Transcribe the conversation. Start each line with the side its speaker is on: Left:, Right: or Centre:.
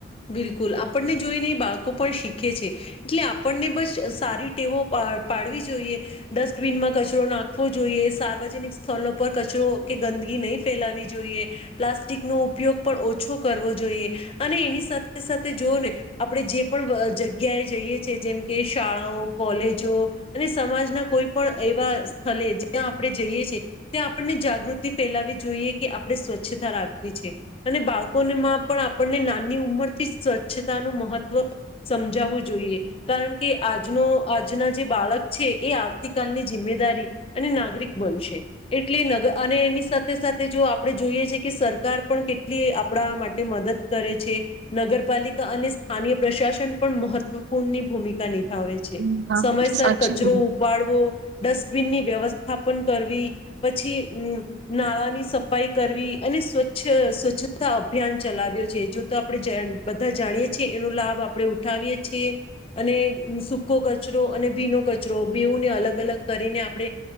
Left: બિલકુલ આપણને જોઈને એ બાળકો પણ શીખે છે એટલે આપણને બસ સારી ટેવો પા પાડવી જોઈએ ડસ્ટબિનમાં કચરો નાખવો જોઈએ સાર્વજનિક સોલો પર કચરો કે ગંદગી ફેલાવી જોઈ પ્લાસ્ટિક ન ઉપયોગ ઓછો કરવો જોઈએ અને સાથે સાથે જોઓ ને આપણે જે પણ જગ્યાએ જઈએ છેએ જેમ કે શાળાઓ કોલેજો અને સમાજના કોઈ પણ એવા સ્થળ જ્યાં આપણે જઈએ છેએ ત્યાં આપણને જાગૃતિ ફેલાવી જોઈએ કે આપણે સ્વચ્છતા રાખવી છે અને બાળકોમાં પણ નાની ઉંમર સ્વચ્છ નું મહત્વ સમજાવવું જોઈએ કારણ કે આજનો આજના જે બાળક છે એ આવતીકાલની જિમ્મેદારી અને નાગરિક બનશે એટલે નગ અને એની સાથે સાથે જો આપણે જોઈએ છે કે સરકાર પણ કેટલી આપણા માટે મદદ કરે છે. નગરપાલિકા અને સ્થાનય પ્રશાસન પણ મહત્વપૂર્ણની ભૂમિકા ની ભાવે છે
Right: હમ, હા
Left: સમયસર
Right: સાચી
Left: કચરો
Right: બોલી
Left: ઉપાડવો. ડસ્ટબિનની વ્યવસ્થાપન કરવી પછી નાળાની સફાઈ કરવી અને સ્વચ્છ સ્વચ્છતા અભિયાન ચલાવ્યો છે જો તો આપણે બધા જાણીએ છીએ એનો લાભ આપણે ઉઠાવીએ છીએ અને સૂકો કચરો અને ભીનો કચરો બેઉુંને અલગ અલગ કરીને આપણે